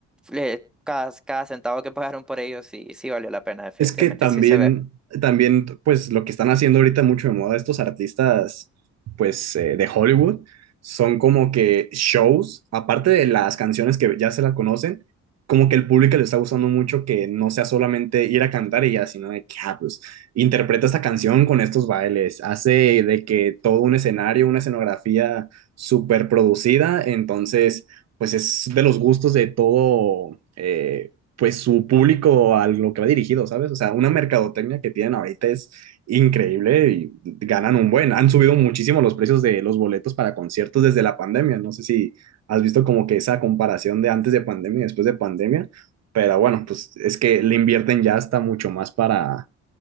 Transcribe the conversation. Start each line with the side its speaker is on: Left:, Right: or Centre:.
Centre: le- cada, cada centavo que <laughs> pagaron por ellos sí, sí valió la pena, definitivamente,
Right: Es que también,
Centre: sí se ve.
Right: también, pues lo que están haciendo ahorita mucho de moda estos artistas, pues eh, de Hollywood, son como que shows, aparte de las canciones que ya se las conocen, como que el público le está gustando mucho que no sea solamente ir a cantar y ya, sino de que, ah, pues, interpreta esta canción con estos bailes, hace de que todo un escenario, una escenografía súper producida, entonces, pues es de los gustos de todo. eh, pues su público a lo que va dirigido, ¿sabes? O sea, una mercadotecnia que tienen ahorita es increíble y ganan un buen. Han subido muchísimo los precios de los boletos para conciertos desde la pandemia. No sé si has visto como que esa comparación de antes de pandemia y después de pandemia, pero bueno, pues es que le invierten ya hasta mucho más para,